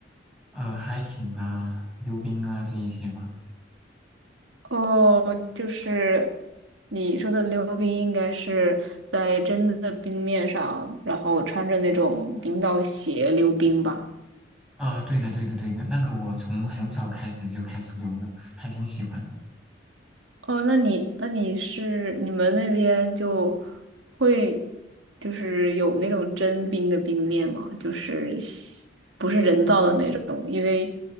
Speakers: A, in the centre; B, on the right (about 85°).
A: 呃 hiking 啊、溜冰啊这一些吧。
B: 哦，就是你说的溜冰，应该是在真的冰面上，然后穿着那种冰刀鞋溜冰吧。
A: 啊、对的，对的，对的，那个我从很小开始就开始溜了，还挺喜欢的。
B: 哦，那你那你是你们那边就会就是有那种真冰的冰面吗？就是西不是人造的那种，因为